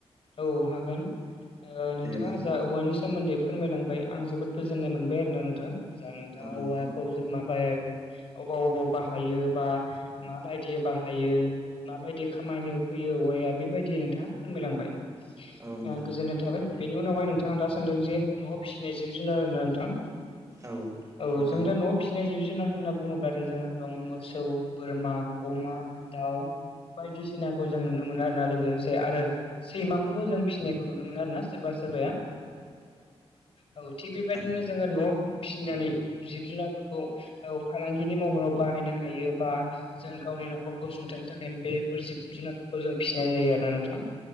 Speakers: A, on the left; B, on the right.
A: औ हागोन। ओ नोंथाङा
B: दे नोंथां
A: जा औवानि सोमोन्दै फोरमायलांबाय आं जोबोद गोजोननाय मोनबाय आरो ना नोंथां। जा नोंथाङा
B: औ
A: औवाखौ
B: नोंथां
A: जों माबाय अबाव अबाव बाहायो बा माबायदि बाहायो माबायदि खामानियाव फैयो औवा या बेबायदि नोंथाङा फोरमायलांबाय। आ
B: औ नोंथां
A: गोजोन्नाय थाबाय। बेनि उनावहाय नोंथाङा दा सोंदों जे न'वाव फिसिनाय जिब जुनार आरोना नोंथां।
B: औ
A: औ
B: नोंथां
A: जों दा न'वाव फिसिनाय जिब जिब जुनार होन्ना बुङोब्लाथाय जोंहा दं मोसौ, बोरमा, अमा, दाउ बायदिसिनाखौ जों नुनो मोनो आरोना लोगोसे आरो सैमाखौबो जों फिसिनायखौ नुनो मोनो आरो ना सोरबा सोरबाया। औ थिग बेबायदिनो
B: औ नोंथां
A: जोङो न'वाव फिसिनानै
B: औ
A: जिब जुनारफोर खौ औ फालांगिनि महराव बाहायनो हायो बा जों गावनि न'खरखौ सुंथानो थाखायनो बे फोर जिब जुनारफोरखौ जों फिनाय जायो आरोना नोंथां।